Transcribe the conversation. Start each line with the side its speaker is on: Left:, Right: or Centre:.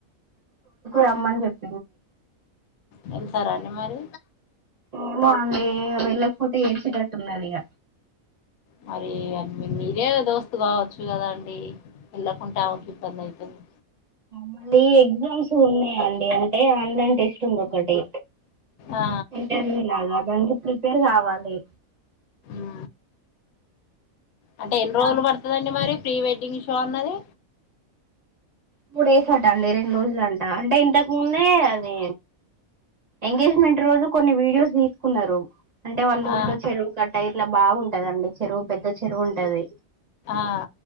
Right: రమ్మని చెప్
Left: వెళ్తారా అండి మరి
Right: ఉమ్ అండి వెళ్ళకపోతే ఏడ్చేటట్టున్నది ఇగ
Left: మరి మీరే దోస్తు కావచ్చు కదా అండి వెళ్ళకుంటామకి ఇబ్బంది అవుతుంది
Right: మళ్ళీ ఎగ్జామ్స్ ఉన్నాయండి అంటే ఆన్లైన్ టెస్ట్ ఉంది ఒకటి
Left: ఆ
Right: ఇంటర్వ్యూ లాగా దానికి ప్రిపేర్ కావాలి
Left: ఉ అంటే ఎన్ని రోజులు
Right: దానికి
Left: పడుతదండి మరి ప్రీ వెడ్డింగ్ షో అన్నది
Right: మూ డేస్ అట్టండి రెండు రోజులంట అంటే ఇంతకు ముందే అది ఎంగేజ్మెంట్ రోజు కొన్ని వీడియోస్ తీసుకున్నారు అంటే వాళ్ళ
Left: ఆ
Right: ఊర్లో చెరువు గట్టా ఇట్లా బాగుంటదండి చెరువు పెద్ద చెరువు ఉంటది
Left: ఆ